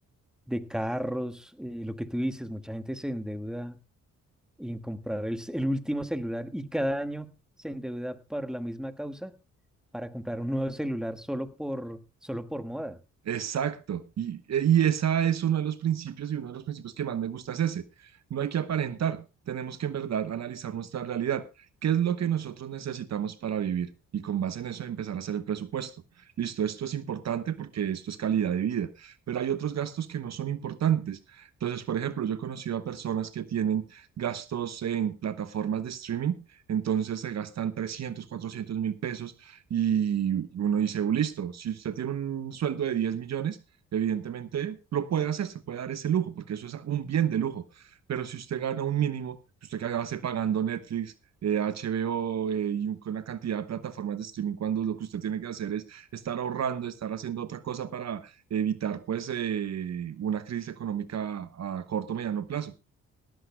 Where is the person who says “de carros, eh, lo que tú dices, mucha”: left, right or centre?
Centre